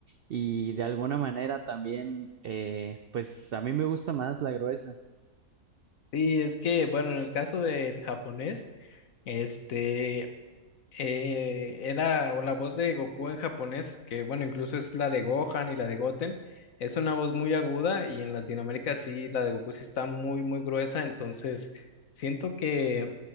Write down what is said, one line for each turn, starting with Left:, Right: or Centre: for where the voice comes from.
Right: y de alguna manera también, eh, pues a mí me gusta más la gruesa.
Left: Sí, es que, bueno, en el caso del japonés, este, eh, era o la voz de Goku en japonés, que bueno, incluso es la de Gohan y la de Goten, es una voz muy aguda y en Latinoamérica sí, la de Goku sí está muy, muy gruesa, entonces siento que